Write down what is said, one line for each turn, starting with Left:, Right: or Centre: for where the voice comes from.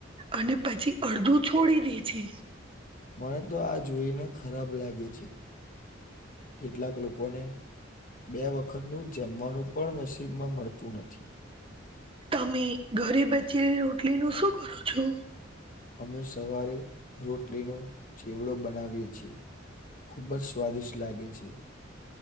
Right: અને પછી અડધું છોડી દે છે.
Left: મને તો આ જોઈને ખરાબ લાગે છે કેટલાક લોકોને બે વખતનું જમવાનું પણ નસીબમાં મળતું નથી.
Right: તમે ઘરે બચેલી રોટલીનું શું કરો છો.
Left: અમે સવારે રોટલીનોો ચીવડો બનાવીએ છીએ ખુબ જ સ્વાદિષ્ટ લાગે છે.